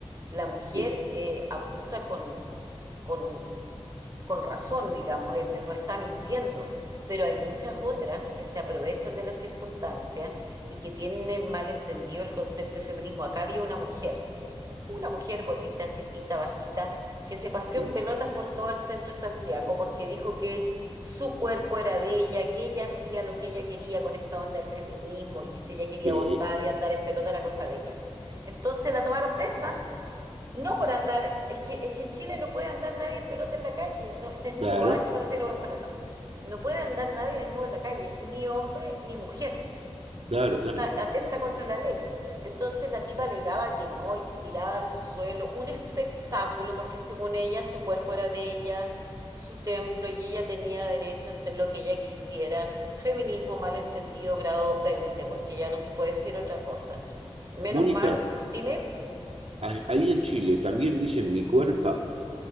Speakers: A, on the right; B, on the right.
A: la mujer
B: Eh,
A: eh, acusa con, con con razón, digamos, este, no está mintiendo, pero hay muchas otras que se aprovechan de las circunstancias y que tienen mal entendido el concepto de feminismo. Acá había una mujer, una mujer gordita, chiquitita, bajita, que se paseó
B: eh,
A: en pelotas por todo el centro de Santiago porque dijo que su cuerpo era de ella, que ella hacía lo que ella quería con esta onda del feminismo y que si ella quería
B: eh,
A: abortar y andar en pelota era cosa de ella. Entonces la tomaron presa no por andar, es que, es que en Chile no puede andar nadie en pelota en la calle, no, desnudo,
B: claro,
A: a eso me refiero en pelota. No puede andar nadie desnudo en la calle, ni hombre ni mujer,
B: claro,
A: está
B: claro.
A: atenta contra la ley. Entonces la tipa alegaba que no y se tiraba al suelo, un espectáculo, porque según ella su cuerpo era de ella, su templo, y ella tenía derecho a hacer lo que ella quisiera. Feminismo malentendido grado 20 porque ya no se puede decir otra cosa. Menos
B: Mónica,
A: mal, dime.
B: a- ahí en Chile también dicen mi cuerpo